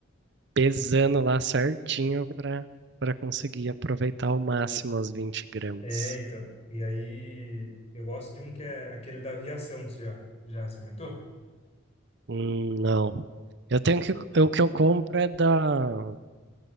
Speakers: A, on the right; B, on the left.
A: pesando lá certinho para para conseguir aproveitar ao máximo as 20 gramas.
B: É, então. E aí, eu gosto de um que é aquele da aviação, você já, já experimentou?
A: Hum, não. Eu tenho que o que eu compro é da